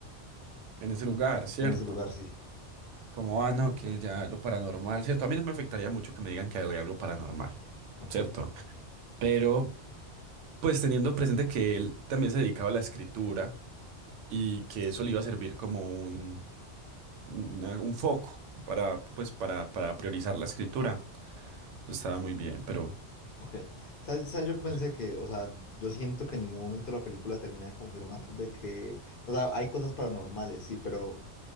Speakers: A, on the right; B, on the left.
A: en ese lugar, ¿cierto?
B: en ese lugar, sí.
A: Como, ah, no, que ya lo paranormal, ¿cierto? A mí no me afectaría mucho que me digan que hay algo paranormal,
B: Ok,
A: ¿cierto? Pero, pues teniendo presente que él también se dedicaba a la escritura y que
B: sí.
A: eso le iba a servir como un, una- un foco para, pues, para, para priorizar la escritura, eso estaba muy bien, pero...
B: Ok. ¿Sabes, sabes yo que pensé
A: no sé,
B: que, o sea, yo siento que en ningún momento la película termina de confirmar de que, o sea, hay cosas paranormales, sí, pero